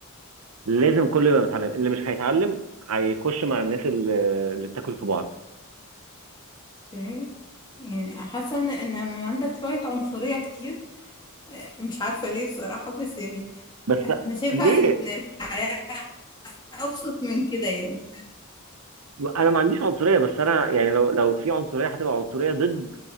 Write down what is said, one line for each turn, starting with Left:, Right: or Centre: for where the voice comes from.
Right: لازم كل ما يتعلم اللي مش هيتعلم هيخش مع الناس اللي اللي بتاكل في بعض
Left: اوكي يعني حاسة ان إن عندك شوية عنصرية كتير آه، مش عارفة ليه بصراحة بس يعني
Right: بس
Left: انا شايفة
Right: ليه
Left: ان الحياة ابسط من كده يعني
Right: انا ما عنديش عنصريه بس انا يعني لو لو في عنصريه هتبقى عنصريه ضد